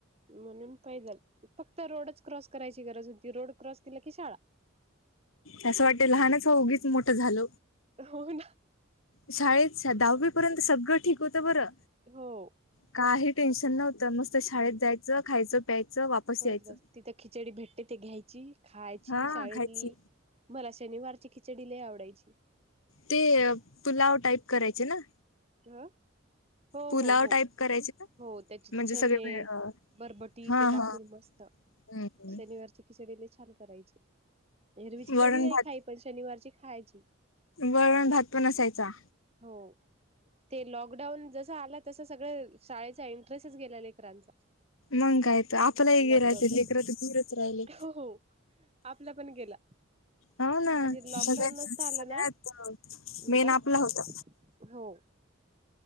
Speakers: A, on the right; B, on the left.
A: म्हणून पाहि झाल फक्त रोडच क्रॉस करायची गरज होती रोड क्रॉस केला की शाळा.
B: असं वाटते लहानच उगीच मोठं झाल.
A: होन.
B: शाळेत दहावी पर्यंत सगळं ठीक होतं बरं.
A: हो.
B: काही टेन्शन नव्हतं मस्त शाळेत जायचं खायचं प्यायचं वापस
A: बस
B: यायचं..
A: बस तिथं खिचडी भेटते ते घ्यायची खायची
B: हा
A: शाळेतली.
B: खायची
A: मला शनिवारची खिचडीला आवडायची.
B: ते पूलाव टाईप करायचे ना.
A: ह हो
B: पुलाव
A: हो हो
B: टाईप करायचे ना
A: हो त्याचे
B: म्हणजे
A: चने
B: सगळे मिळ- अ,
A: बरबटी
B: हा
A: ते टाकून
B: हा
A: मस्त
B: हम्म हम्म
A: शनिवारची खिचडी लय छान करायची. एरवीची
B: वरण
A: तरी नाही
B: भात
A: खाय पण शनिवारची खायची.
B: वरण भात पण असायचा.
A: हो, ते लॉकडाऊन जस आलं तस सगळं शाळे चा इंटरेस्टच गेला लेकरांचा.
B: मंग कायतर आपल हे
A: लॉकडाऊन
B: ग राहत.
A: पासून
B: लेकरं तर दूरत राहिले.
A: हो हो आपला पण गेला,
B: हो, ना
A: त्या लॉकडाऊन
B: सगळ्यात
A: नसता
B: सगळ्यात
A: आलं ना मधात
B: मेन आपला होता.
A: हो